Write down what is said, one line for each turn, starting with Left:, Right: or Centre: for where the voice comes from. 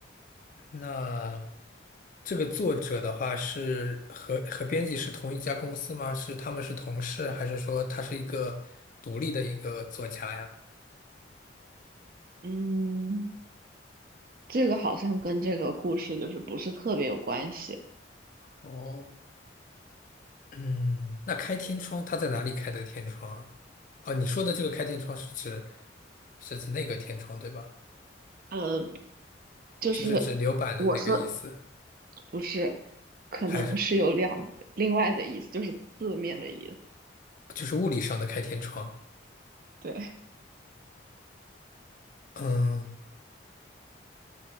Left: 那这个作者的话是和和编辑是同一家公司吗？是他们是同事，还是说他是一个独立的一个作家呀？
Right: 嗯，这个好像跟这个故事就是不是特别有关系。
Left: 哦，嗯，那开天窗他在哪里开的天窗啊？哦，你说的这个开天窗是指是指那个天窗对吧？
Right: 呃，就是我说
Left: 就是指留板的那个意思，
Right: 不是，可能是有两个另外的意思，
Left: 还是
Right: 就是字面的意思。
Left: 就是物理上的开天窗？
Right: 对，
Left: 嗯。